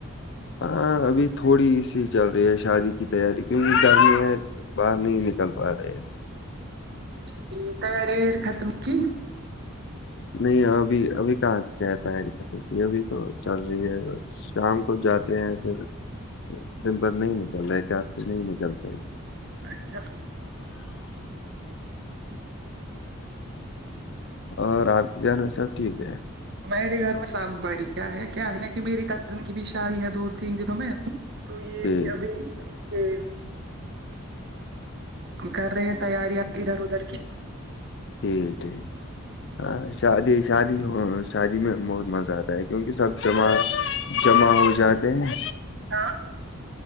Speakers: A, on the left; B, on the right.
A: ہاں ابھی تھوڑی سی چل رہی ہے شادی کی یاری کیونک گرمی ہے باہر نہیں نکل پا رہے
B: ٹھیک تی ر ختم کی
A: نہیں ابھی ابھی کہاں کہتا ہے خم کی ابھی تو چل رہی ہے بس شام کو جاتے ہیں پھر دن بھر نہیں نکلتا ایک گیار سے نہیں نکلتا
B: اچھا
A: اور آگ جانا سب ٹھیک ہے
B: میرے گھر میں سب بڑھیا ہے کیا ہے نا کہ میری کزن کی بھی شادی ہے دو تین دنوں میں تو یہ
A: ٹھیک
B: بھی ابھی یہ کر رہے ہیں تیاریاں ادھر ادھر کی
A: ٹھ ٹھیک ہاں شادی شادی ہو شادی میں بہت مزہ آتا ہے کیونکہ سب جمع جمع ہو جاتے ہیں
B: ہاں